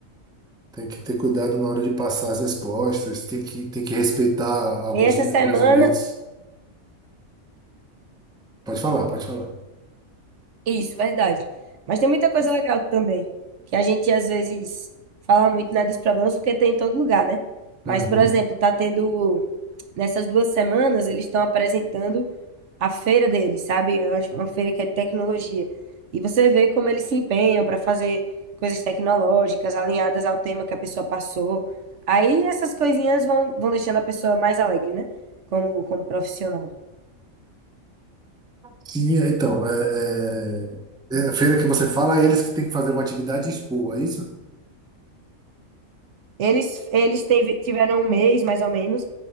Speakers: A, in the centre; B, on the right.
A: Tem que ter cuidado na hora de passar as respostas, tem que, tem que respeitar alguns,
B: E essa semana,
A: alguns limites. Pode falar, pode falar.
B: isso, verdade. Mas tem muita coisa legal também, que a gente às vezes fala muito, né, dos problemas, porque tem em todo lugar, né? Mas,
A: Uhum.
B: por exemplo, tá tendo, nessas duas semanas, eles estão apresentando a feira deles, sabe? É uma uma feira que é de tecnologia. E você vê como eles se empenham para fazer coisas tecnológicas alinhadas ao tema que a pessoa passou. Aí essas coisinhas vão, vão deixando a pessoa mais alegre, né? Como, como profissional.
A: Sim, então, é, é, é a feira que você fala, é eles que têm que fazer uma atividade e expor, é isso?
B: Eles, eles teve- tiveram um mês, mais ou menos,